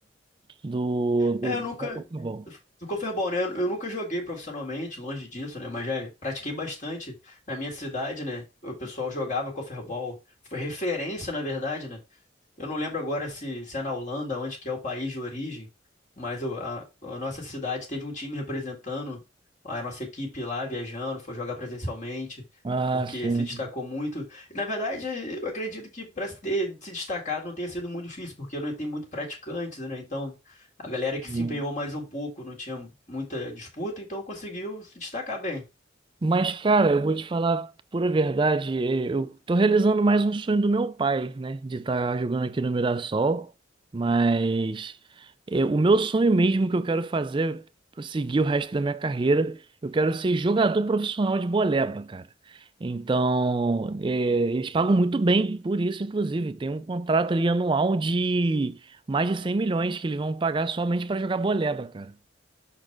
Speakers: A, on the right; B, on the left.
A: do, do.
B: É, eu nunca.
A: como é que eu tô bom.
B: Do Corfeball, né? Eu, eu nunca joguei profissionalmente, longe disso, né? Mas já pratiquei bastante na minha cidade, né? O pessoal jogava Corfeball, foi referência, na verdade, né? Eu não lembro agora se, se é na Holanda, onde que é o país de origem, mas o- a, a nossa cidade teve um time representando a nossa equipe lá, viajando, foi jogar presencialmente,
A: Ah,
B: porque
A: sim.
B: se destacou muito. E, na verdade, eu acredito que para se ter se destacado não tenha sido muito difícil, porque não tem muito praticantes, né? Então, a galera
A: sim.
B: que se empenhou mais um pouco não tinha muita disputa, então conseguiu se destacar bem.
A: Mas, cara, eu vou te falar a pura verdade. eh, Eu tô realizando mais um sonho do meu pai, né? De estar jogando aqui no Mirassol. Mas eh, o meu sonho mesmo que eu quero fazer pra seguir o resto da minha carreira, eu quero ser jogador profissional de boleba, cara. Então, eh, eles pagam muito bem por isso, inclusive. Tem um contrato ali anual de mais de 100 milhões que eles vão pagar somente para jogar boleba, cara.